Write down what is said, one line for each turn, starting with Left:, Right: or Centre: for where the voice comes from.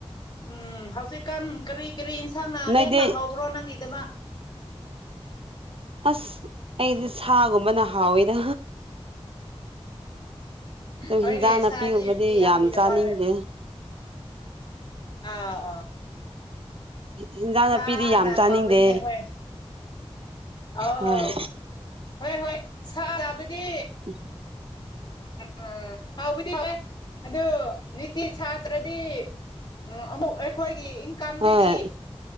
Left: ꯎꯝ ꯍꯧꯖꯤꯛꯀꯥꯟ ꯀꯔꯤ ꯀꯔꯤ ꯏꯟꯁꯥꯡꯅ
Right: ꯅꯣꯏꯗꯤ
Left: ꯍꯦꯟꯅ ꯍꯕ꯭ꯔꯣ ꯅꯪꯒꯤꯗꯃ
Right: ꯑꯁ ꯑꯩꯗꯤ ꯁꯥꯒꯨꯝꯕꯅ ꯍꯥꯎꯋꯤꯗ ꯑꯗꯨ
Left: ꯍꯣꯏꯅꯦ
Right: ꯍꯤꯟꯖꯥꯡ
Left: ꯁꯥꯗꯤ
Right: ꯅꯥꯄꯤꯒꯨꯝꯕꯗꯤ
Left: ꯃꯤ ꯌꯥꯝꯒꯤꯗ
Right: ꯌꯥꯝ ꯆꯥꯅꯤꯡꯗꯦ
Left: ꯃꯥꯜ ꯑꯥ ꯑꯥ
Right: ꯍꯤꯟꯖꯥꯡ
Left: ꯁꯥꯅ
Right: ꯅꯥꯄꯤꯗꯤ ꯌꯥꯝ ꯆꯥꯅꯤꯡꯗꯦ
Left: ꯍꯥꯎꯋꯦꯅꯦ ꯍꯣꯏ ꯑꯥꯎ
Right: ꯍꯣꯏ
Left: ꯍꯣꯏ ꯍꯣꯏ ꯁꯥ ꯆꯥꯕꯗꯤ
Right: <unintelligible>
Left: ꯎꯝ ꯍꯥꯎꯕꯨꯗꯤ ꯋꯦ ꯑꯗꯨ ꯅꯤꯇꯤ ꯁꯥꯇ꯭ꯔꯗꯤ ꯎꯝ ꯑꯃꯨꯛ ꯑꯩꯈꯣꯏꯒꯤ ꯏꯟꯀꯥꯝꯗꯒꯤ
Right: ꯍꯣꯏ